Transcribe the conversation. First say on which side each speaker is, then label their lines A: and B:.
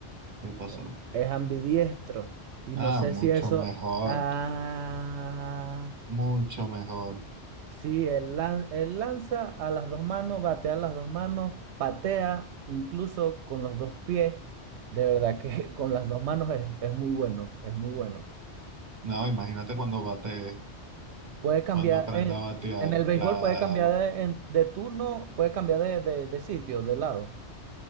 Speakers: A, on the right; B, on the right.
A: ¿Qué pasó?
B: E- Es ambidiestro. Y
A: Ah,
B: no sé
A: mucho
B: si eso.
A: mejor,
B: Ah.
A: mucho mejor.
B: Sí, él, lan- él lanza a las dos manos, batea a las dos manos, patea incluso con los dos pies. De verdad que <laughs> con las dos manos es, es muy bueno, es muy bueno.
A: No, imagínate cuando bate,
B: Puede cambiar,
A: cuando aprenda
B: en,
A: a batear,
B: en el béisbol
A: claro.
B: puede cambiar de, en- de turno, puede cambiar de, de de sitio, de lado.